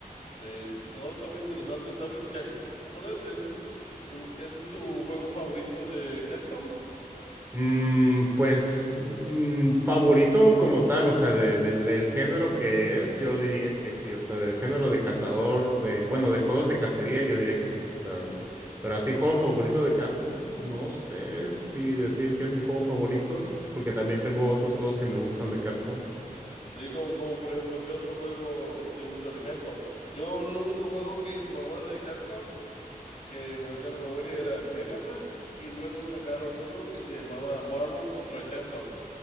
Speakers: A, on the left (about 40°); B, on the right (about 15°).
A: Sí, no, está muy interesante. ¿Sabes qué? ¿Cuál es? ¿Ese es, ese es tu juego favorito de Capcom?
B: Mm, pues mm, favorito como tal, o sea, de- del del género que es, yo diría que sí, o sea, del género de cazador, de, bueno, de juegos de cacería, yo diría que sí, la verdad. Pero así, juego favorito de Capcom, no sé si decir que es mi juego favorito, porque también tengo otros juegos que me gustan de Capcom.
A: Sí, como, como por ejemplo, ¿qué otro juego te gusta de Capcom? Yo el único juego que jugaba de Capcom que me venga a la memoria era Mega Man y luego sacaron uno que se llamaba Marvel contra Capcom.